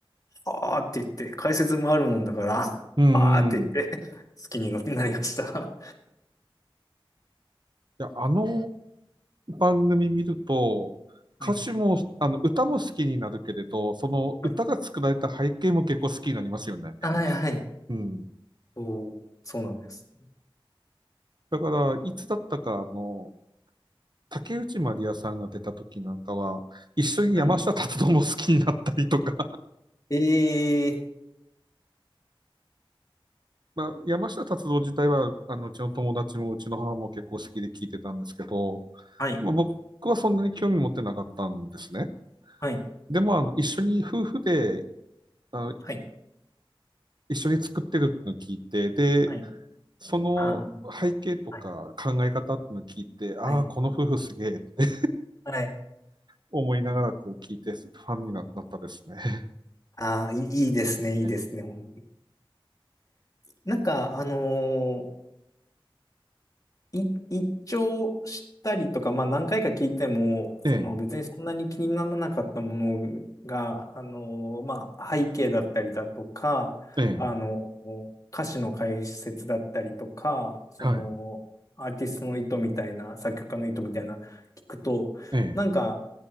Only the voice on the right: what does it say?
うーん。
い
や、あの番組見ると、
歌詞も、あの、歌も好きになるけれど、その歌が作られた背景も結構好きになりますよね。
うん。
だから、いつだったか、あの、竹内まりやさんが出た時なんかは、一緒に山下達郎も好きになったりとか、
まあ、山下達郎自体は、あの、うちの友達もうちの母も結構好きで聞いてたんですけど、
まあ、僕はそんなに興味持ってなかったんですね。
でも、あの、一緒に夫婦で、あの、
一緒に作ってるってのを聞いて、で、
その背景とか考え方ってのを聞いて、
ああ、
この夫婦すげえって
思いながらこう聞いて、ファンになったですね。<laughs>
え
え、え
え、
ええ
はい、
ええ、